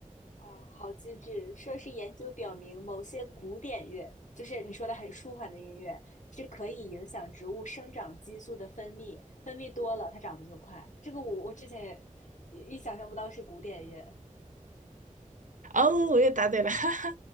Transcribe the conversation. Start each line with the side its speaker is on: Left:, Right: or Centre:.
Left: 啊，好机智！说是研究表明，某些古典乐，就是你说的很舒缓的音乐，是可以影响植物生长激素的分泌，分泌多了，它长得就快。这个我我之前也也也想象不到是古典乐，
Right: 哦，我又答对了，<laughs> 哈哈，